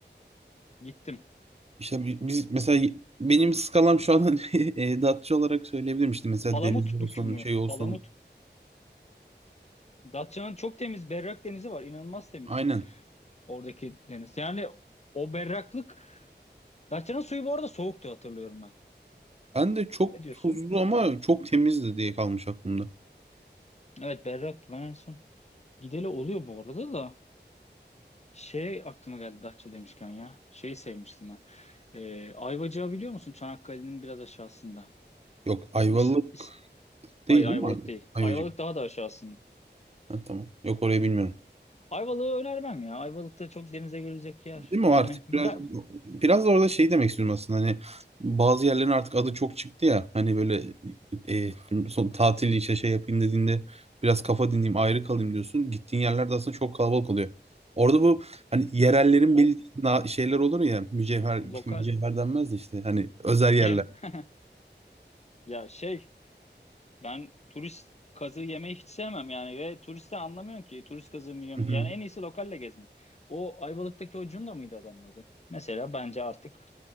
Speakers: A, on the left (about 40°); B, on the right (about 35°).
A: Gittim.
B: İşte bi- biz mesela benim skalam şu an <laughs> e, Datça olarak söyleyebilirim işte mesela
A: Palamut
B: denizli
A: bükü
B: olsun
A: mü?
B: şey olsun
A: Palamut. Datça'nın çok temiz berrak denizi var. İnanılmaz temiz.
B: Aynen.
A: Oradaki deniz. Yani o berraklık. Datça'nın suyu bu arada soğuktu hatırlıyorum ben.
B: Ben de çok
A: Ne diyorsun?
B: tuzlu ama çok temizdi diye kalmış aklımda.
A: Evet berraktı ben en son. Gideli oluyor bu arada da. Şey aklıma geldi Datça demişken ya. Şeyi sevmiştim ben. Ee, Ayvacık'ı biliyor musun? Çanakkale'nin biraz aşağısında.
B: Yok Ayvalık
A: İs, is-
B: değil
A: Hayır Ayvalık
B: değil mi? Ay-
A: değil.
B: Ayvacık.
A: Ayvalık daha da aşağısında.
B: Ha, tamam. Yok orayı bilmiyorum.
A: Ayvalık'ı önermem ya. Ayvalık'ta çok denize görülecek yer.
B: Değil mi
A: Yani
B: O artık
A: güzel.
B: biraz biraz da orada şey demek istiyorum aslında hani bazı yerlerin artık adı çok çıktı ya hani böyle e, son tatil işte şey yapayım dediğinde biraz kafa dinleyeyim ayrı kalayım diyorsun. Gittiğin yerlerde aslında çok kalabalık oluyor. Orada bu hani yerellerin
A: O
B: bildiği na- şeyler olur ya mücevher
A: lokal.
B: <laughs> mücevher denmez de işte hani özel
A: Gem.
B: yerler.
A: <laughs> Ya şey ben turist kazığı yemeyi hiç sevmem yani ve turiste anlamıyorum ki turist kazığı mı yiyorum.
B: Hı hı.
A: Yani en iyisi lokalle gezmek. O Ayvalık'taki o Cunda mıydı adamın adı? Mesela bence artık